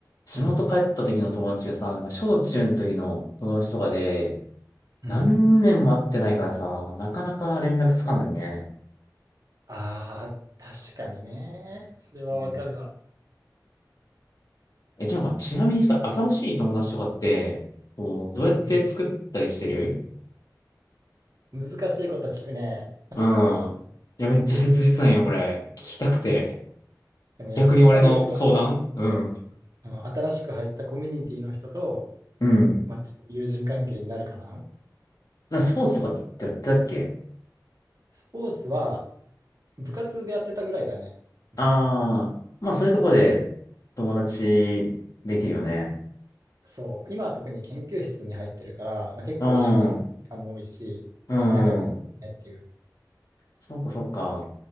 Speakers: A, on the left; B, on the right.
A: 地元帰った時の友達がさ、
B: う。うん。
A: なんか小中の時の友達とかで、
B: うん。
A: 何年も会ってないからさ、なかなか連絡つかんのよね。
B: ああ、確かにね。それはわかるわ。
A: うん。え、じゃあまあ、ちなみにさ、新しい友達とかって、こう、どうやって作ったりしてる
B: うん、難しいこと聞くね。
A: うん。いや、めっちゃ切実なんよ、これ。聞きたくて。
B: でもやっぱり俺はその、
A: 逆に俺の相談うん。
B: あの新しく入ったコミュニティの人と、
A: うん。
B: まあ、友人関係になるかな。
A: なスポーツとかってやってたっけ
B: スポーツは部活でやってたぐらいだね。うん
A: ああー、まあそういうとこで友達できるよね。
B: そう、今は特に研究室に入ってるから、まあ、結構一緒にいる時間も多いし、
A: うん、うん。
B: まあ、仲良くねっていう。
A: そっかそっか。